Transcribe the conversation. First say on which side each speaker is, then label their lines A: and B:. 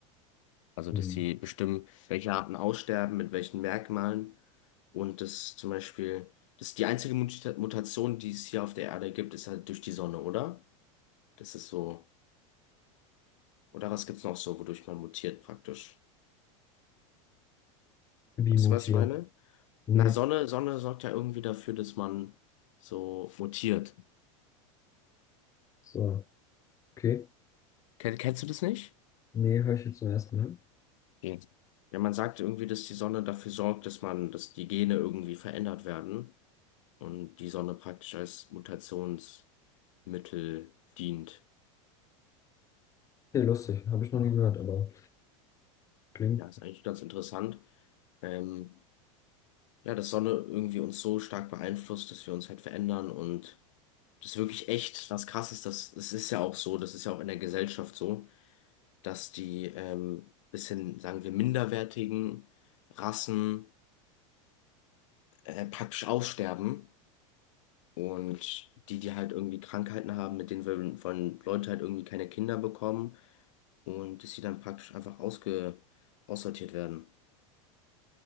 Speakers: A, on the left; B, on the left.
A: Also,
B: Hm.
A: dass die bestimmen, welche Arten aussterben, mit welchen Merkmalen. Und das zum Beispiel, das ist die einzige Muta- Mutation, die es hier auf der Erde gibt, ist halt durch die Sonne, oder? Das ist so. Oder was gibt's noch so, wodurch man mutiert praktisch?
B: Wie
A: Weißt
B: mutiert.
A: du, was ich meine?
B: Nee,
A: Na, Sonne, Sonne sorgt ja irgendwie dafür, dass man so mutiert.
B: so, okay.
A: Ken kennst du das nicht?
B: Nee, höre ich jetzt zum ersten Mal.
A: Nee. Ja, man sagt irgendwie, dass die Sonne dafür sorgt, dass man, dass die Gene irgendwie verändert werden. und die Sonne praktisch als Mutationsmittel dient.
B: Nee, lustig, habe ich noch nie gehört, aber klingt,
A: Ja, ist eigentlich ganz interessant. Ähm, ja, dass Sonne irgendwie uns so stark beeinflusst, dass wir uns halt verändern und das ist wirklich echt was Krasses. Das, das ist ja auch so, das ist ja auch in der Gesellschaft so, dass die ähm, bisschen, sagen wir, minderwertigen Rassen äh, praktisch aussterben. Und die, die halt irgendwie Krankheiten haben, mit denen wollen, wollen Leute halt irgendwie keine Kinder bekommen. und dass sie dann praktisch einfach ausge aussortiert werden.